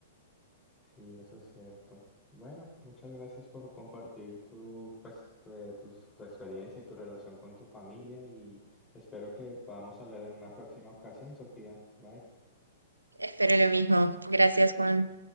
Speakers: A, on the left (about 15°); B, on the right (about 85°).
A: Sí, eso es cierto. Bueno, muchas gracias por compartir tu, pues, tu, eh, tus- tu experiencia y tu relación con tu familia y espero que podamos hablar en una próxima ocasión, Sofía. Bye.
B: Espero lo mismo. Gracias, Juan.